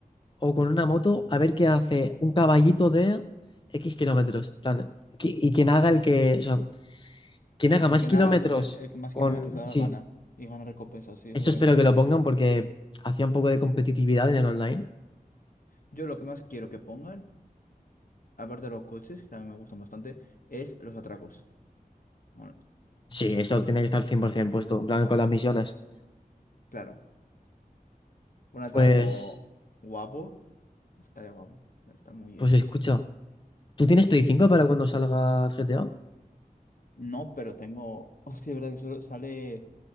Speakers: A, on the left (about 30°); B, on the left (about 65°).
A: o con una moto a ver qué hace un caballito de X kilómetros. En plan, qui- y quien haga el que, o sea, quien haga
B: Y
A: más
B: quien
A: kilómetros
B: haga el, ma- el- el que más
A: con...
B: kilómetros haga
A: Sí,
B: gana y gana recompensas, sí, eso
A: eso
B: también
A: espero
B: está guapo.
A: que lo pongan porque hacía un poco de competitividad en el online.
B: Yo lo que más quiero que pongan, aparte de los coches, que a mí me gustan bastante, es los atracos. Bueno,
A: Sí, eso tiene que estar 100% puesto, en plan con las misiones.
B: claro, un atraco
A: Pues,
B: guapo estaría guapo, está muy bien.
A: pues escucha, ¿tú tienes Play 5 para cuando salga GTA?
B: No, pero tengo, <laughs> hostia, es verdad que solo sale